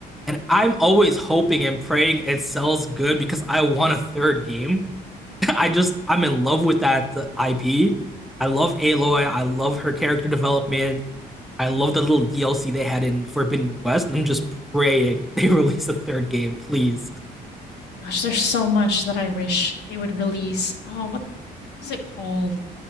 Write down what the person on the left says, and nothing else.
Gosh, there's so much that I wish they would release. Oh, what was it called?